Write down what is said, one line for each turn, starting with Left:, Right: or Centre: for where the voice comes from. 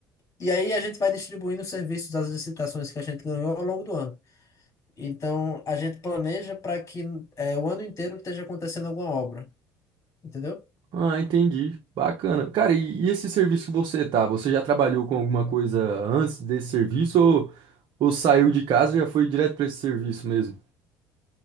Left: E aí a gente vai distribuindo os serviços das licitações que a gente ganhou ao longo do ano. Então a gente planeja para que eh, o ano inteiro esteja acontecendo alguma obra, entendeu?
Right: ah, entendi. Bacana. Cara, e, e esse serviço que você tá, você já trabalhou com alguma coisa antes desse serviço ou, ou saiu de casa e já foi direto para esse serviço mesmo?